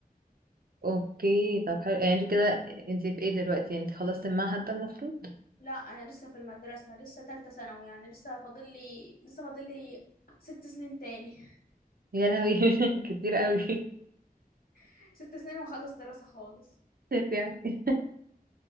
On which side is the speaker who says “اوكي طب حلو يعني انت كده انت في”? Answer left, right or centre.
Right